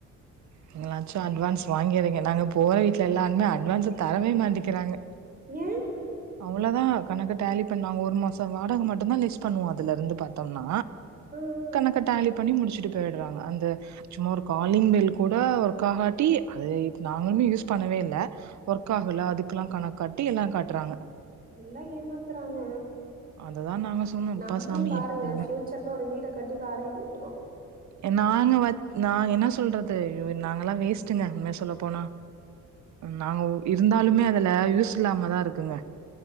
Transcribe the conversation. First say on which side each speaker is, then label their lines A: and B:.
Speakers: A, on the right; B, on the right.
A: நீங்களாச்சு அட்வான்ஸ வாங்கிறீங்க நாங்க போற வீட்ல எல்லாருமே அட்வான்ஸ தரவே மாட்டக்றாங்க
B: ஏ
A: அவ்ளோதா கணக்கு டேலி பண்ணாங்க ஒரு மாஷோ வாடகை மட்டும்தா லெஸ் பண்ணுவோ அதுல இருந்து பாத்தோம்னா
B: ஆ, ஆ.
A: கணக்க டேலி பண்ணி முடிச்ட்டு போயிர்றாங்க அந்த சும்மா ஒரு காலிங் பெல் கூட ஒர்க் ஆகாட்டி அது நாங்களு மே கூட யூஸ் பண்ணவே இல்ல ஒர்க் ஆகல அதுக்லா கணக்காட்டி எல்லா காட்றாங்க
B: நல்லா ஏமாத்றாங்க
A: அததா நாங்க சொன்னோ அப்பா
B: நம்மளு
A: சாமி
B: பாருங்க
A: எப்படிலா
B: சட்னு ஒரு வீட கட்டி வாடக விட்ருவோ
A: என் நாங்க வந் நா என்ன சொல்றது நாங்கல்லா வேஸ்ட்டுங்க உன்மைய சொல்ல போனா நாங்க இருந்தாலுமே அதுல யூஸ் இல்லாம தா இருக்குங்க